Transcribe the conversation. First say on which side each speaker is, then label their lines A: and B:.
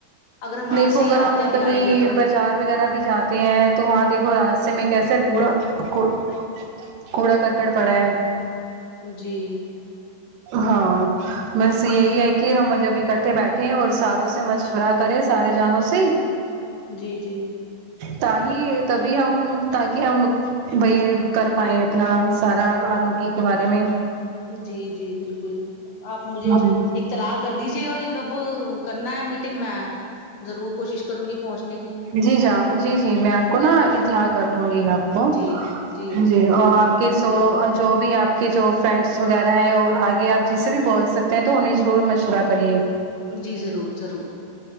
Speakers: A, on the left; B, on the right.
A: اگر ہم آج
B: دیکھو
A: سے
B: اگر
A: یہ عادتیں
B: ہم
A: اپنائیں
B: کہیں
A: گے تو
B: باز زار وغیرہ بھی جاتے ہیں تو وہاں دیکھو راستے میں کیسے کوڑا کوڑ کوڑا کرکٹ پڑا ہے
A: جی
B: ہاں بس یہی ہے کہ ہم جب اکٹھے بیٹھے ہیں اور ساروں سے مشورات کرے سارے جنوں سے
A: جی جی
B: تا ہی تبھی ہم تاکہ ہم وہی کر پائے ہیں اپنا سارا آروگی کے بارے میں
A: جی جی بالکل آپ مجھے
B: جی
A: ایک چلا کر دیجیے گا کہ کب کرنا ہے میٹنگ میں ضرور کوشش کروں گی پہنچنے کی
B: جی جاں جی جی میں آپ کو نا اطلاع کر دوں گی آپ
A: جی
B: جی
A: ضرور
B: اور آپ کے
A: جی
B: جو
A: ضرور
B: جو بھی ہے آپ کے جو فرینڈس وغیرہ ہیں اور آگے آپ جسے بھی بول سکتے ہیں تو انہیں ضرور مشورہ کریے
A: جی ضرور ضرور